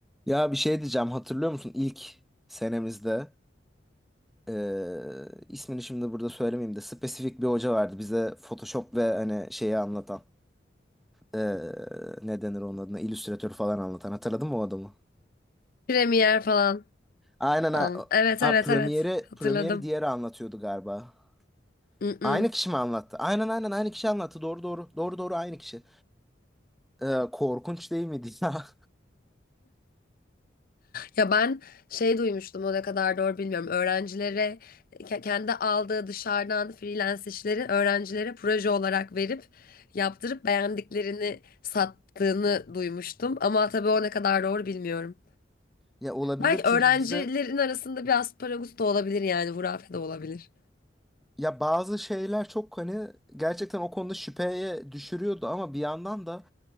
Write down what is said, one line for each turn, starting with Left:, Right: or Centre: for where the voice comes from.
Centre: Ya bir şey diyeceğim hatırlıyor musun ilk senemizde eee, ismini şimdi burada söylemeyeyim de spesifik bir hoca vardı bize Photoshop ve hani şeyi anlatan eee ne denir onun adına Illustrator falan anlatan hatırladın mı o adamı?
Left: Premier falan.
Centre: Aynen
Left: An-
Centre: ha,
Left: Evet
Centre: ha
Left: evet
Centre: Premiere'i
Left: evet. Hatırladım.
Centre: Premiere'i diğeri anlatıyordu galiba.
Left: Mm-mm.
Centre: Aynı kişi mi anlattı? Aynen aynen aynı kişi anlattı doğru doğru doğru doğru aynı kişi. Eee, korkunç değil miydi <laughs> ya?
Left: Ya ben şey duymuştum o ne kadar doğru bilmiyorum. Öğrencilere ke- kendi aldığı dışarıdan freelance işleri öğrencilere proje olarak verip yaptırıp beğendiklerini sattığını duymuştum. Ama tabii o ne kadar doğru bilmiyorum.
Centre: Ya olabilir
Left: Belki
Centre: çünkü
Left: öğrencilerin
Centre: bize
Left: arasında biraz paragut da olabilir yani hurafe de olabilir.
Centre: ya bazı şeyler çok hani gerçekten o konuda şüpheye düşürüyordu ama bir yandan da